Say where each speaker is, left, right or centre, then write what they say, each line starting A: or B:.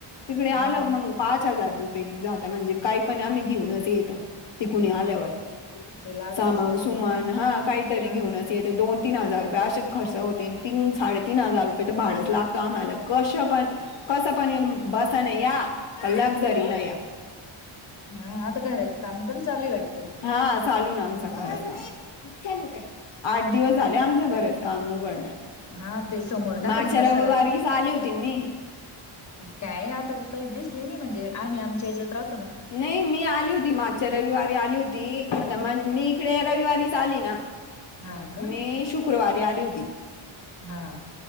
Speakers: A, on the left; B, on the left.
A: तिकडे आलं
B: मग
A: मंग पाच हजार रुपये जाता म्हणजे काही पण आम्ही घेऊनच येतो तिकुणी आल्यावर
B: ते लागतच
A: सामन
B: ना
A: सुमन हा काहीतरी
B: हा
A: घेऊनच दोन तीन हजार रुपये असे खर्च होते तीन साडेतीन हजार रुपये तर भाडंच लागत आम्हाला कश पण कसं पण येन बसा न या लक्झरी न या
B: हा आता घराच काम पण चालूय वाटतं.
A: हा चालू ना आमचा घराच काम चालू द्या आठ दिवस झाले आमच्या घराच काम उघडण्या
B: हा ते समोर टाकलं
A: मागच्या
B: ना पसार
A: रविवारीच
B: आता.
A: आली होती मी
B: काय आता काही दिसले नाही म्हणजे आम्ही आमच्या ह्याजात राह
A: नाही मी आली होती मागच्या रविवारी आली होती आता मी इकडे रविवारीच आली ना.
B: हा का
A: मी शुक्रवारी आली होती.
B: हा